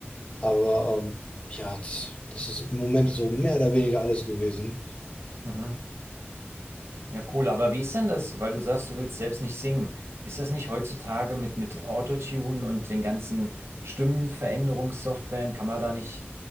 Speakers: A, on the left; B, on the right.
A: Aber ähm, ja, das, das ist im Moment so mehr oder weniger alles gewesen.
B: Mhm. Ja, cool. Aber wie ist denn das, weil du sagst, du willst selbst nicht singen? Ist das nicht heutzutage mit, mit Autotune und den ganzen Stimmenveränderungssoftwaren, kann man da nicht